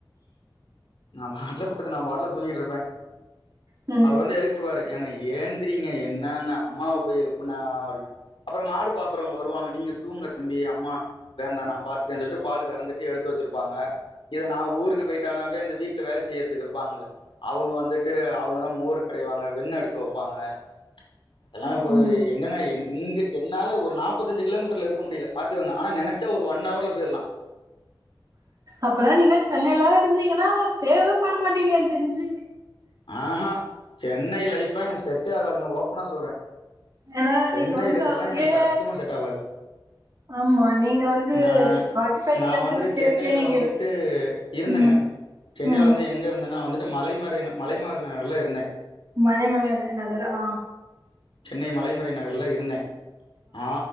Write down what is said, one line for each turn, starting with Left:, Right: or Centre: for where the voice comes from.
Left: <unintelligible> நா பாட்ல தூங்கிட்டு இருப்பே
Right: ம்
Left: அவரு வந்து எழுப்பி விடுவாரு ஏங்க ஏந்திரீங்க என்னங்க அம்மாவ போய் எழுப்புனா அப்டி அப்புற மாடு பாக்குறவங்க வருவாங்க நீங்க தூங்க தம்பி அம்மா வேண்டா நா பாத்துக்கேன்னு சொல்ட்டு பால் கறந்துட்டு எடுத்து வச்சிருப்பாங்க இத நாஊருக்கு போயிட்டானாவே இந்த வீட்ல வேல செய்யறதுக்கு இருப்பாங்கல்ல அவுங்க வந்துட்டு அவுங்கதா மோருக் கடைவாங்க வெண்ண எடுத்து வப்பாங்க அதெல்லா
Right: ம்
Left: இப்போ
Right: ம்
Left: எங்கங்க என் இங்க என்னால ஒரு நாப்பத்தஞ்சு கிலோமீட்டர்ல இருக்க முடியல பாத்துக்கங்க ஆன நெனைச்சா ஒரு ஒன் அவர் உள்ள போய்ர்லா
Right: அப்பனா நீங்க சென்னைலா இருந்தீங்கன்னா ஸ்டேஃப் பண்ண மாட்டீங்க எனக் தெரிஞ்சு
Left: ஆஹா சென்னை லைஃப்லா எனக்கு செட்டே ஆகாதுங்க ஓப் ப்பான சொல்றே
Right: ஏன்னா
Left: சென்னைலே
Right: நீங்க வந்து
Left: லைஃப்
Right: அங்கயே
Left: லா எனக்கு சத்தியமா செட ஆவாது
Right: ஆமா நீங்க வந்து
Left: நா
Right: ஃபார்ட்டி ஃபைவ்
Left: நா
Right: கிலோமீட்டர்
Left: வந்து சென்னைல
Right: இருக்கே நீங்க
Left: வந்துட்டு இருந்தேங்க
Right: ம்
Left: சென்னைல
Right: ம்
Left: வந்து எங்க இருந்தன்னா வந்து மலைமறைன்னு மலைமற நகர்லா இருந்தே
Right: மலைமகர் நகரா
Left: சென்னை மலைமறை நகர்ல இருந்தே ஆ